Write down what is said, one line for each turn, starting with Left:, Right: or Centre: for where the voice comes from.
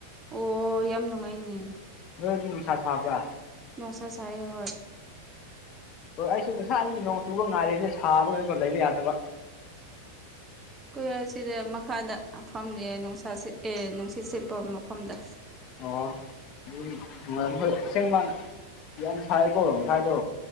Right: ꯑꯣ ꯌꯥꯝ ꯅꯨꯡꯉꯥꯏꯅꯦ
Left: ꯅꯨꯡꯁꯥ ꯁꯥꯕ
Right: ꯅꯅꯨꯡꯁꯥ ꯁꯥꯏ ꯍ
Left: ꯍꯣꯏ ꯑꯩꯁꯨ ꯉꯁꯥꯏ ꯑꯩꯒꯤ ꯅꯣꯡ ꯆꯨꯕ ꯉꯥꯏꯔꯦꯅꯦ ꯁꯥꯕ ꯀꯩꯀꯣ ꯂꯩꯕ ꯌꯥꯗꯕ
Right: ꯀꯨꯍꯔ ꯑꯁꯤꯗ ꯃꯈꯥꯗ ꯃꯐꯝꯅꯦ ꯅꯨꯡꯁꯥ ꯁꯤꯠ ꯑꯦ ꯅꯨꯡꯁꯤꯠ ꯁꯤꯦꯠꯄ ꯃꯐꯝꯗ
Left: ꯑꯣ ꯑꯗꯨꯝ ꯍꯣꯏ ꯑꯁꯦꯡꯕ ꯌꯥꯝ ꯁꯥꯏꯀꯣ ꯍꯥꯏꯗꯣ